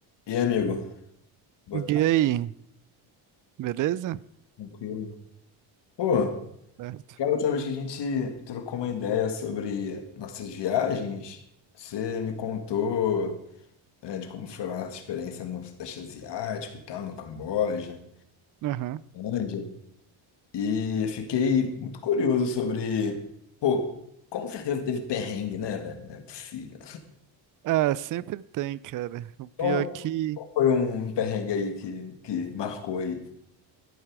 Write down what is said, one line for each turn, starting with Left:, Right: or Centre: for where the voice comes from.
Left: E aí, amigo? Boa
Right: E
Left: tarde,
Right: aí, beleza?
Left: tranquilo. Pô,
Right: Certo.
Left: aquela última vez que a gente trocou uma ideia sobre nossas viagens, você me contou, é, de como foi lá a experiência no Sudeste Asiático e tal, no Camboja,
Right: Aham.
Left: Índia, e fiquei muito curioso sobre, pô, com certeza teve perrengue, né, velho? Não é possível.
Right: Ah, sempre tem, cara. O pior
Left: Qual
Right: é que,
Left: qual foi um perrengue aí que, que marcou aí?